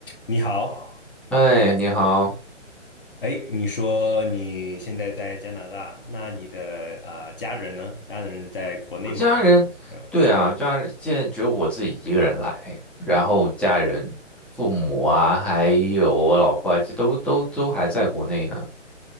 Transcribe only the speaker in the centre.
哎，你好，
我家人，
对啊，家人现在只有我自己一个人来，然后家人、父母啊，还有我老婆啊，这都都都还在国内呢，